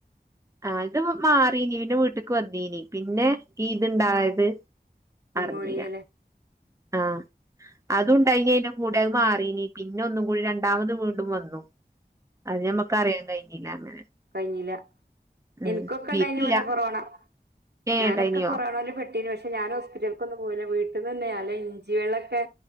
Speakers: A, on the right; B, on the right.
A: ആഹ് ഇത് മാറീനി പിന്നെ വീട്ട്ക്ക് വന്നീനി പിന്നെ ഈ ഇത്ണ്ടായത്
B: ന്യൂമോണിയയില്
A: അർഞീല ആഹ് അതുംണ്ടായിനേനും കൂടെ അത് മാറീനി പിന്നെ ഒന്നും കൂടി രണ്ടാമത് വീണ്ടും വന്നു അത് ഞമ്മക്ക് അറിയാ കഴിഞീല്ല അങ്ങനെ
B: കഴിഞീല
A: ഉം
B: എനിക്കൊക്കെ
A: വിധില്ല
B: ണ്ടായിന് ഇവടെ കൊറോണ
A: ഏ
B: ഞാനൊക്കെ
A: ഇണ്ടായിനിയോ
B: കൊറോണോല് പെട്ടീനു പക്ഷെ ഞാനും ഹോസ് പിറ്റൽക്കൊന്നും പോയില്ല വീട്ടിന്നന്നെ നല്ലെ ഇഞ്ചി വെള്ളൊക്കെ